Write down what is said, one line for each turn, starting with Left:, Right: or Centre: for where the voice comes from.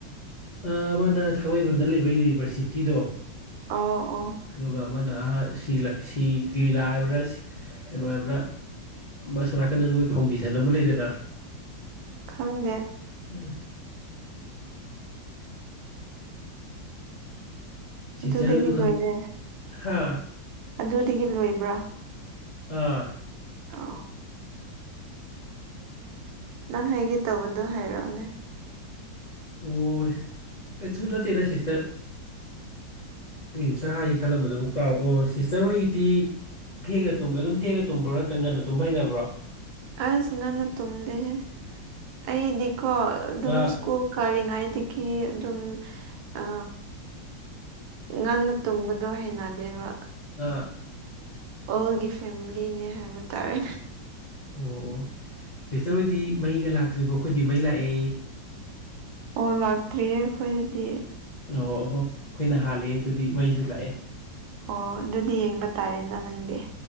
Left: ꯑꯃꯅ ꯊꯥꯡꯃꯩꯕꯟꯗ ꯂꯩꯕ ꯌꯨꯅꯤꯚ꯭ꯔꯁꯤꯇꯤꯗꯣ
Right: ꯑꯣ ꯑꯣ
Left: ꯑꯗꯨꯒ ꯑꯃꯅ ꯑꯍ ꯁꯤ ꯂꯤꯂꯥ ꯁꯤ ꯀꯩꯂꯥ ꯍꯥꯏꯕ꯭ꯔꯥ ꯀꯩꯅꯣ ꯍꯥꯏꯕ꯭ꯔꯥ ꯃꯣꯏ ꯑꯁꯣꯝ ꯅꯥꯀꯟꯗ ꯃꯣꯏ ꯐꯥꯎꯟꯗꯦꯁꯟ ꯑꯃ ꯂꯩꯗꯅ
Right: ꯈꯪꯗꯦ
Left: ꯎꯝ ꯁꯤꯁꯇꯅ
Right: ꯑꯗꯨꯗꯒꯤ
Left: ꯑꯗꯨ ꯈꯪ
Right: ꯂꯣꯏꯔꯦ
Left: ꯍꯥ
Right: ꯑꯗꯨꯗꯒꯤ ꯂꯣꯏꯕ꯭ꯔꯥ
Left: ꯑꯥ
Right: ꯑꫭ ꯅꯪ ꯍꯥꯏꯒꯦ ꯇꯧꯕꯗꯣ ꯍꯥꯏꯔꯛꯑꯣꯅꯦ
Left: ꯑꯣ ꯀꯩꯁꯨ ꯅꯠꯇꯦꯗꯥ ꯁꯤꯁꯇꯔ
Right: <inaudible>
Left: ꯑꯩ ꯍꯧꯖꯤꯛꯇ ꯍꯥꯏꯒꯦ ꯈꯜꯂꯝꯕꯗꯨꯕꯨ ꯀꯥꯎ ꯑꯣ ꯁꯤꯁꯇꯔ ꯍꯣꯏꯒꯤꯗꯤ ꯊꯦꯡꯅ ꯇꯨꯝꯕ ꯑꯗꯨꯝ ꯊꯦꯡꯅ ꯇꯨꯝꯕ꯭ꯔꯣ ꯅꯠꯇ꯭ꯔ ꯉꯟꯅ ꯇꯨꯝꯕ ꯍꯩꯅꯕ꯭ꯔꯣ
Right: ꯑꯁ ꯉꯟꯅ ꯇꯨꯝꯗꯦꯍꯦ ꯑꯩꯗꯤꯀꯣ
Left: ꯑꯥ
Right: ꯑꯗꯨꯝ ꯁ꯭ꯀꯨꯜ ꯀꯥꯔꯤꯉꯥꯏꯗꯒꯤ ꯑꯗꯨꯝ ꯑ ꯉꯟꯅ ꯇꯨꯝꯕꯗꯣ ꯍꯩꯅꯗꯦꯕ
Left: ꯑꯥꯛ
Right: ꯑꯣꯜꯒꯤ ꯐꯦꯃꯤꯂꯤꯅꯦ ꯍꯥꯏꯕ ꯇꯥꯔꯦ
Left: ꯑꯣ ꯑꯣ ꯁꯤꯁꯇꯔ ꯍꯣꯏꯗꯤ ꯃꯩꯒ ꯂꯥꯛꯇ꯭ꯔꯤꯕꯣ ꯈꯣꯏꯗꯤ ꯃꯩ ꯂꯥꯛꯑꯦ
Right: ꯑꯣ ꯂꯥꯛꯇ꯭ꯔꯤꯌꯦ ꯑꯈꯣꯏꯗꯗꯤ
Left: ꯑꯣ ꯍꯣ ꯑꯈꯣꯏꯅ ꯍꯥꯜꯂꯦ ꯑꯗꯨꯗꯤ ꯃꯩꯁꯨ ꯂꯥꯛꯑꯦ
Right: ꯑꯣ ꯗꯨꯗꯤ ꯌꯦꯡꯕ ꯇꯥꯔꯦꯅ ꯅꯪꯗꯤ